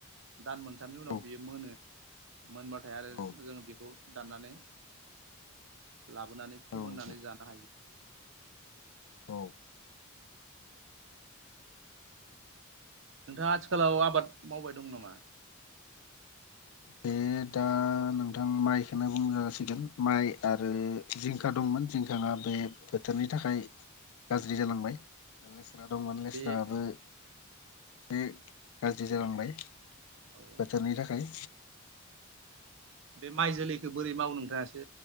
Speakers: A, on the right; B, on the left.
A: दान मोनथामनि उनाव
B: औ
A: बियो मोनो। मोनबाथाय आरो
B: औ
A: जों बेखौ दाननानै लाबोनानै फोमोननानै
B: औ नोंथां
A: जानो हायो।
B: औ
A: नोंथाङा आथिखालाव आबाद मावबाय दं नामा?
B: बे दा नोंथां माइखौनो बुं जासिगोन माइ आरो जिंखा दंमोन जिंखा दा बे बोथोरनि थाखाय गाज्रि जालांबाय। था ले स्रा दंमोन लेस्राबो
A: बे
B: एसे गाज्रि जालांबाय।
A: औ
B: बोथोरनि थाखाय।
A: बे माइ जोलैखौ बोरै मावो नोंथाङा एसे